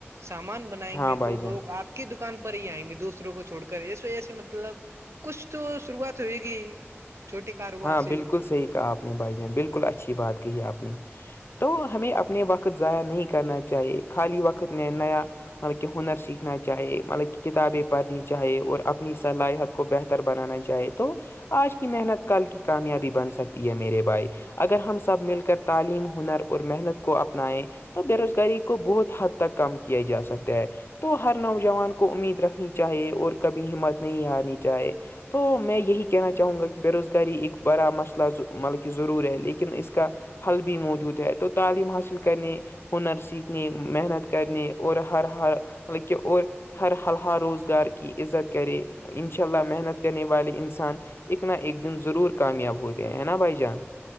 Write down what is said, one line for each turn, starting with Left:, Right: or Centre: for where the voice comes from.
Right: سامان بنائیں
Left: ہاں
Right: گے
Left: بھائی
Right: تو
Left: جان
Right: لوگ آپ کی دکان پر ہی آئیں گے دوسروں کو چھوڑ کر اس وجہ سے مطلب کچھ تو شروعات ہوئے گی چھوٹے کاروبار
Left: ہاں بالکل
Right: سے
Left: ہی کہا آپ نے بھائی جان بالکل اچھی بات کہی آپ نے تو ہمیں اپنے وقت ضائع نہیں کر کرنا چاہیے خالی وقت میں نیا مطلب کہ ہنر سیکھنا چاہے مطلب کہ کتابیں پنی چاہے اور اپنی صلاحیت کو بہتر بنانا چاہے تو آج کی محنت کل کی کامیابی بن سکتی ہے میرے بھائی اگر ہم سب مل کر تعلیم ہنر اور محنت کو اپنائیں تو بے روزگاری کو بہت حد تک کم کیا جا سکتا ہے تو ہر نوجوان کو کو امید رکھنی چاہے اور کبھی ہمت نہیں ہارنی چاہے تو میں یہی کہنا چاہوں گا کہ بے روزگاری ایک بڑا مسئلہ مطلب کہ ضرور ہے لیکن اس کا حل بھی موجود ہے تو تعلیم حاصل کرنے ہنر سیکھنے محنت کرنے اور ہر ہر مطلب کہ اور ہر حال حال روز گار کی عزت کرے ان شاء اللہ محنت کرنے والے انسان اک نہ اک دن ضرور کامیاب ہوتے ہیں نا بھائی جان